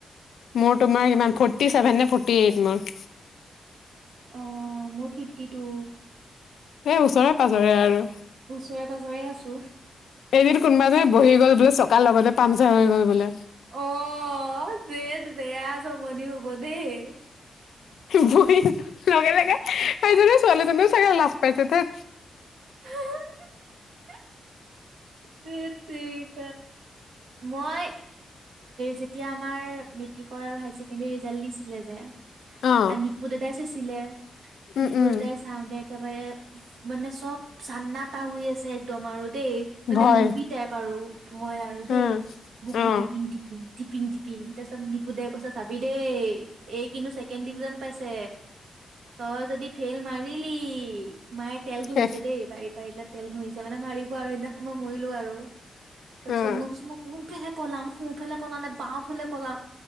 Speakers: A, on the left; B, on the right.
A: মোৰ তোমাৰ ইমান ফৰ্টি ছেভেন নে ফৰ্টি এইট মোৰ
B: অ মোৰ ফিফটি টু
A: এ ওচৰে পাজৰে আৰু
B: ওচৰে পাজৰে আছো
A: এদিন কোনোবা এজনে বহি গ'ল বোলে চকাৰ লগতে পামচাৰ হৈ গ'ল বোলে।
B: অ দেত বেয়া যমনি হ'ব দেই
A: বহি পোৱা লগে লগে এইজনী ছোৱালীজনীও চাগে লাজ পাইছে থেইত।
B: হা হা থেইত তেৰি মই যেতিয়া আমাৰ মেট্ৰিকৰ আৰু হায়াৰ ছেকেণ্ডৰী ৰিজাল্ট দিছিলে যে
A: অ
B: নিপু দাদাই যে আনিছিলে
A: উম
B: নিপু
A: উম
B: দাদাই চাওঁতে একেবাৰে মানে চব চান্নাটা হৈ আছে একদম আৰু দেই মানে
A: ভয়
B: মুভি টাইপ আৰু ভয় আৰু দেই
A: উম
B: বুকু
A: অ
B: দিপিং দিপিং দিপিং দিপিং তাৰপিছত নিপু দাই কৈছে চাবি দেই এই কিন্তু ছেকেণ্ড ডিভিজন পাইছে তই যদি ফেইল মাৰিলি মায়ে তেল ঘঁহিছে
A: শেষ
B: দেই বাৰীত বাৰীতত তেল ঘঁহিছে দেই মানে মাৰি আৰু সেইদিনাখন মই মৰিলো আৰু তাৰপিছত
A: অ
B: মই কৈছো মই কোনফালে পলাম নাম সুফালে পলাও নে বাওঁফালে পলাও